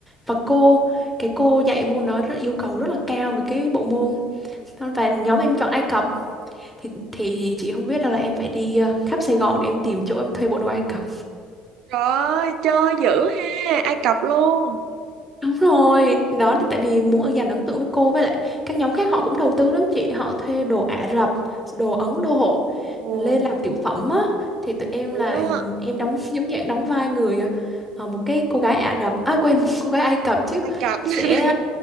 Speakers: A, in the centre; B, on the right.
A: và cô cái cô dạy môn đó rất yêu cầu rất là cao về cái bộ môn và nhóm em chọn Ai Cập thì thì chị không biết đâu là em phải đi ờ, khắp Sài Gòn để em tìm chỗ em thuê bộ đồ Ai Cập
B: trời ơi, chơi dữ ha, Ai Cập luôn.
A: đúng rồi đó thì tại vì muốn ở dành ấn tượng với cô với lại các nhóm khác họ cũng đầu tư lắm chị họ thuê đồ Ả Rập đồ Ấn Độ
B: Ồ,
A: lên làm tiểu phẩm á thì tụi em
B: Ừ,
A: là em đóng giống dạng đóng vai người ờ, một cái cô gái Ả Rập à quên <laughs> một cô gái Ai Cập chứ
B: Ai Cập. <laughs>
A: sẽ